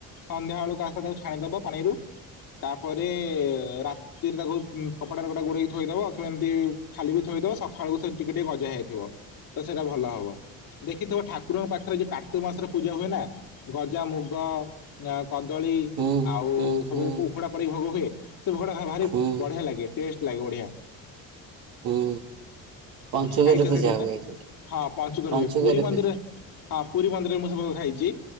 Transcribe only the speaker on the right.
ହୁଁ
ହୁଁ
ହୁଁ
ହୁଁ
ହୁଁ। ପଞ୍ଚୁକରେ
ପୂଜା
ହୁଏ ଯୋଉଟା।
ପଞ୍ଚୁକରେ
ପୂଜା